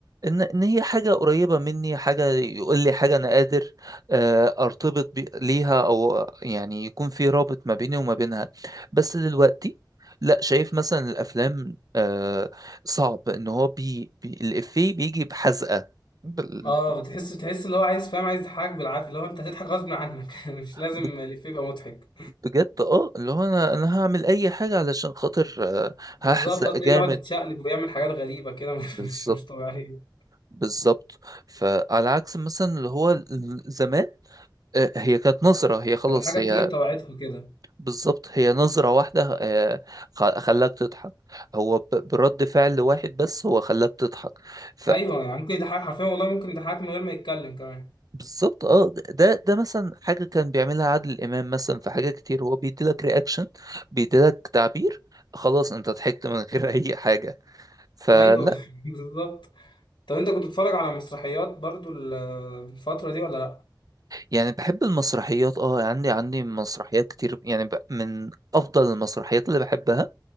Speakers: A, on the right; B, on the left.
A: ان ان هي حاجه قريبه مني حاجه يقول لي حاجه انا قادر آه، ارتبط بي- ليها او يعني يكون في رابط ما بيني وما بينها بس دلوقتي لا شايف مثلا الافلام آه، صعب ان هو بي بي الافيه بيجي بحزقه بال-
B: اه بتحس بتحس اللي هو عايز فاهم عايز يضحكك بالعافية اللي هو انت هتضحك غصب عنك <laughs> مش لازم
A: ب-
B: الإفيه يبقى مضحك
A: بجد اه اللي هو انا انا هعمل اي حاجه علشان خاطر آه،
B: بالظبط
A: هحزق
B: هتلاقيه
A: جامد
B: يقعد يتشقلب ويعمل حاجات غريبة كده <laughs> مش
A: بالظبط
B: مش مش طبيعية
A: بالظبط فعلى عكس مثلا اللي هو زمان آه، هي كانت نظرة هي خلاص
B: كانت الحاجة
A: هي
B: بتيجي بطبيعتها كده
A: بالظبط هي نظرة واحدة آه، خ- خلاك تضحك هو ب- برد فعل واحد بس هو خلاك تضحك ف
B: أيوه يعني ممكن يضحك حرفيا والله ممكن يضحك من غير ما يتكلم كمان
A: بالظبط اه ده ده مثلا حاجة كان بيعملها عادل إمام مثلا في حاجة كتير هو بيديلك رياكشن بيديلك تعبير خلاص انت ضحكت من غير <laughs> اي حاجة فلا
B: أيوه <laughs> بالظبط طب أنت كنت بتتفرج على مسرحيات برضو ال- الفترة دي ولا لأ؟
A: يعني بحب المسرحيات اه عندي عندي مسرحيات كتير يعني ب- من افضل المسرحيات اللي بحبها